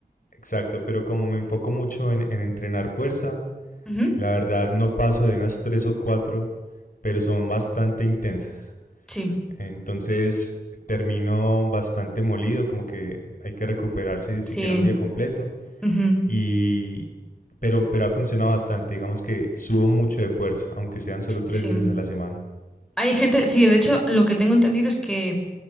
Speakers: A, on the left; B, in the centre.
A: exacto, pero como me enfoco mucho en, en entrenar fuerza,
B: Ujú.
A: La verdad no paso de unas tres o cuatro, pero son bastante intensas.
B: Sí,
A: Entonces termino bastante molido, como que hay que recuperarse siquiera
B: sí,
A: un día completo.
B: ujú,
A: Y pero, pero ha funcionado bastante, digamos que subo mucho de fuerza, aunque sean solo tres
B: Sí.
A: veces a la semana.
B: Hay gente, sí, de hecho, lo que tengo entendido es que